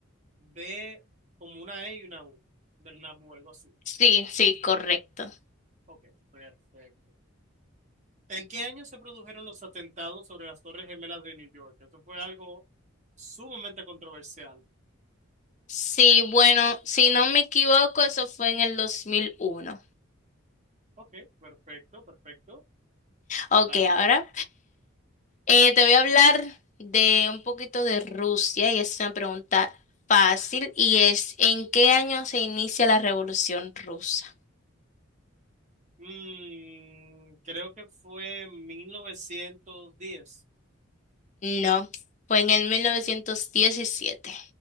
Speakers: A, on the right (about 35°); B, on the left (about 35°).
A: B como una E y una U. Bernabu, algo así.
B: Sí, sí, correcto.
A: Ok, perfecto. ¿En qué año se produjeron los atentados sobre las Torres Gemelas de New York? Eso fue algo sumamente controversial.
B: Sí, bueno, si no me equivoco, eso fue en el 2001.
A: Ok, perfecto, perfecto.
B: Ok,
A: Dale.
B: ahora eh, te voy a hablar de un poquito de Rusia y es una pregunta fácil y es ¿en qué año se inicia la Revolución Rusa?
A: Mm, creo que fue en 1910.
B: No, fue en el 1917.